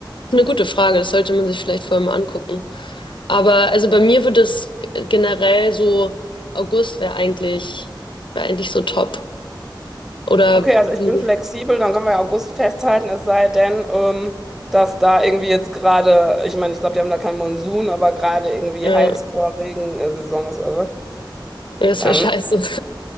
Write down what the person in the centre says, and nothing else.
Okay, also
ich bin flexibel, dann können wir ja August festhalten, es sei denn, ähm, dass da irgendwie jetzt gerade, ich meine, ich glaube, die haben da keinen Monsun, aber gerade irgendwie
Highscore-Regensaison ist oder was.
Dann,